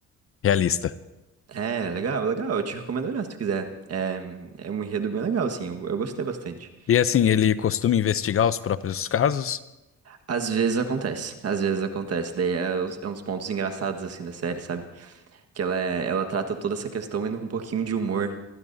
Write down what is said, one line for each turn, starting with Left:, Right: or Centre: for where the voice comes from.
Left: realista.
Right: É, legal, legal. Eu te recomendo olhar se tu quiser. É, é um enredo bem legal, assim. Eu, eu gostei bastante.
Left: E assim, ele costuma investigar os próprios casos?
Right: Às vezes acontece, às vezes acontece. Daí é, uns é uns pontos engraçados, assim, da série, sabe? Que ela, é- ela trata toda essa questão indo com um pouquinho de humor.